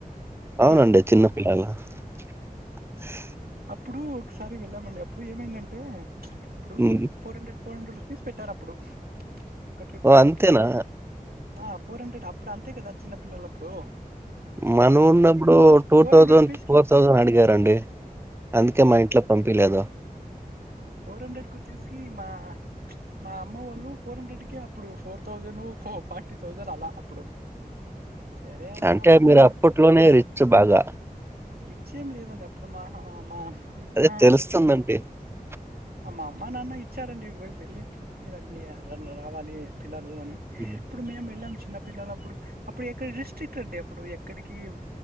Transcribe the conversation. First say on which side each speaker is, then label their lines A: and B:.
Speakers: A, on the right; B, on the right.
A: ఇప్పుడు
B: అవునండి చిన్న పిల్లల చ్ప్.. ట్... హుమ్
A: ప్పుడు ఒక్కసారి వేళ్ళామండి అప్పుడు ఏమైందంటే ప్చ్.. ఇప్పుడు
B: హ్మ్.
A: ఫోరహండ్రెడ్ ఫోరహండ్రెడ్ రూపీస్ పెట్టారప్పుడు ఒక ట్రిప్
B: ఓ
A: కి
B: అంతేనా?
A: ఆ ఫోరహండ్రెడ్ అప్ ఇప్పుడంతే కదా చిన్నపిల్లలప్పుడు
B: మనం ఉన్నప్పుడు టూ థౌసండ్
A: హండ్రెడ్ రూపీస్
B: ఫోర్
A: కి
B: థౌసండ్ అడిగారండి. అందుకే మా ఇంట్లో పంపియలేదు.
A: ఆ ఫోర్ హండ్రెడ్ కి వచ్చేసి మా మా అమ్మ వాళ్ళు ఫోర్ హండ్రెడ్ కి అప్పుడు ఫోర్ థౌసండో ఫార్టీ థౌజండ్ అలా అప్పుడు సరే అని
B: అంటే
A: అప్పుడు
B: మీరు అప్పట్లోనే రిచ్ బాగా
A: రిచ్ ఏం లేదండి అప్పుడుమా ఆ మా నాన్న
B: అదే తెలుస్తుందండి. <inaudible>
A: మా అమ్మ నాన్న ఇచ్చారండి వెళ్ళి చూసి రండి రావాలి పిల్లలు అని
B: హ్మ్.
A: ఇప్పుడు మేం వెళ్ళం చిన్నపిల్లల అప్పుడు అప్పుడు ఎక్కడ డిస్ట్రిక్ట్ అండి అప్పుడు ఎక్కడికి